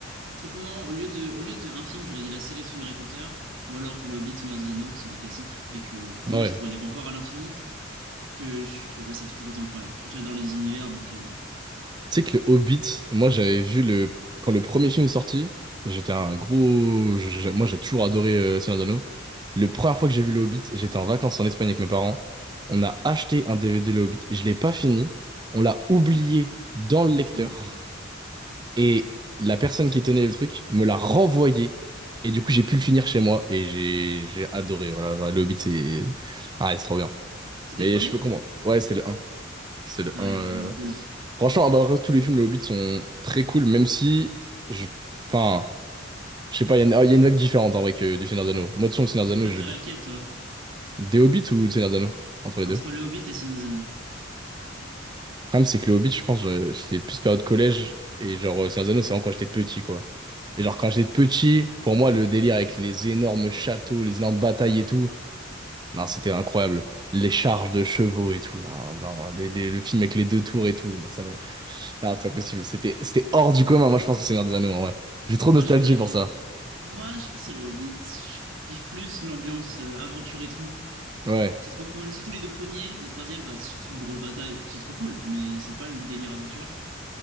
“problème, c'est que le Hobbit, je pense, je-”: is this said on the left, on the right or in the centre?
Right